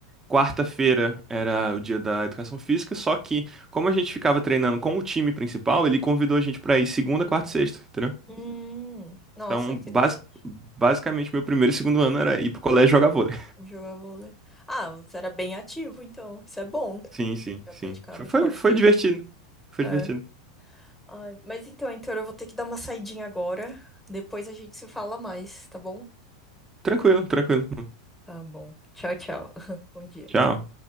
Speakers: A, on the right; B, in the centre.
A: quarta-feira era o dia da educação física, só que como a gente ficava treinando com o time principal, ele convidou a gente para ir segunda, quarta e sexta, entendeu?
B: Hum, nossa,
A: Então,
B: interessante.
A: basi- basicamente meu primeiro e segundo ano era ir pro colégio jogar vôlei.
B: Jogar vôlei. Ah, você era bem ativo, então. Isso é bom.
A: <laughs> Sim, sim,
B: Já
A: sim.
B: praticava
A: Foi, foi,
B: esporte
A: foi
B: desde.
A: divertido. Foi
B: É.
A: divertido.
B: Ai, mas então, Heitor, eu vou ter que dar uma saidinha agora. Depois a gente se fala mais, tá bom?
A: Tranquilo, tranquilo.
B: Tá bom. Tchau, tchau. <laughs> Bom dia.
A: Tchau.